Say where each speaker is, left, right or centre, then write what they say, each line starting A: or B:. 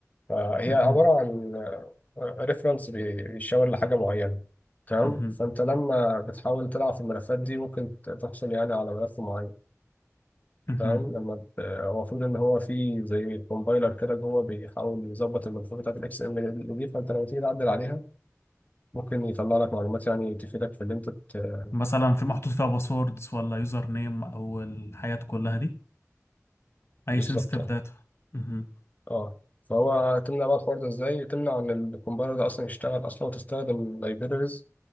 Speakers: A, on the left (about 30°); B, on the left (about 50°).
A: فهي
B: مهم.
A: عبارة عن ريفرنس بيشاور لحاجة معينة تمام
B: مهم.
A: فانت لما بتحاول تلعب في الملفات دي ممكن تحصل يعني على ملف معين
B: مهم.
A: تمام لما ت- هو المفروض ان هو في زي كومبايلر كده جوه بيحاول يظبط الملفات بتاعت الاكس ام دي فانت لما تيجي تعدل عليها ممكن يطلع لك معلومات يعني تفيدك في اللي انت ت-
B: مثلا في محطوط فيها باسوردز ولا يوزر نيم او الحاجات كلها دي اي
A: بالظبط
B: سنسيتيف
A: اه
B: داتا مهم.
A: اه فهو تمنع بقى الحوار ده ازاي تمنع ان الكومبايلر ده اصلا يشتغل اصلا وتستخدم لايبريز